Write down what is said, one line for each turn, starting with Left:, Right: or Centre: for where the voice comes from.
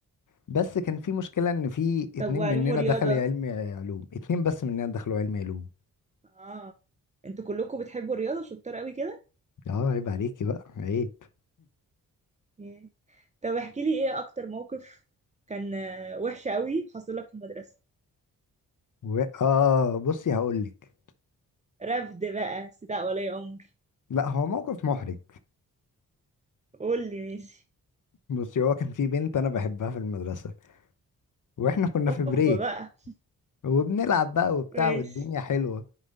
Left: بس كان في مشكلة ان في اتنين
Right: طب وعلوم
Left: مننا
Right: ورياضة
Left: دخل علم علوم اتنين بس مننا دخلوا علم علوم
Right: اه انتوا كلكم بتحبوا الرياضة شطار قوي كده
Left: اه عيب عليكي بقى عيب
Right: yeah. طب احكي لي ايه اكتر موقف كان آه، وحش قوي حصل لك في المدرسة
Left: و... اه بصي هقولك
Right: رفد بقى استدعاء ولي امر
Left: لا هو موقف محرج
Right: قول لي ماشي
Left: بصي هو كان في بنت انا بحبها في المدرسة واحنا كنا في بريك
Right: اوبا بقى
Left: وبنلعب بقى وبتاع
Right: ماشي
Left: والدنيا حلوة